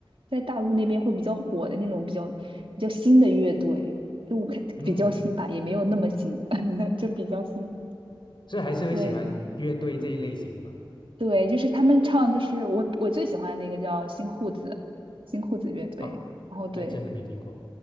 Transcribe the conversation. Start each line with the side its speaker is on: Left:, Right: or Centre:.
Right: 在大陆那边会比较火的那种比较比较新的乐队，就可比较新吧，
Left: 嗯，
Right: 也没有那么新，<laughs> 就比较新。
Left: 所以还是会喜欢乐队这一类型的吗？
Right: 对。对，就是他们唱，就是我我最喜欢的那个叫新裤子，新裤子乐队。
Left: 啊，
Right: 然后对
Left: 还真的没听过，